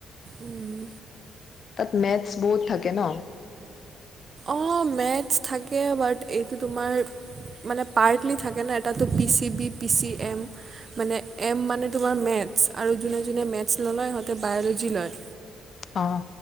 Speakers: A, on the right; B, on the left.
A: উম,
B: তাত মেথছ বহুত থাকে ন?
A: অ মেথছ থাকে বাট এইটো তোমাৰ মানে পাৰ্টলি থাকে ন তাতে পি চি বি পি চিএ। মানে এ মানে তোমাৰ মেথছ আৰু যোনে যোনে মেথছ ল'য় সিহঁতে বায়লজি লয়।
B: অ।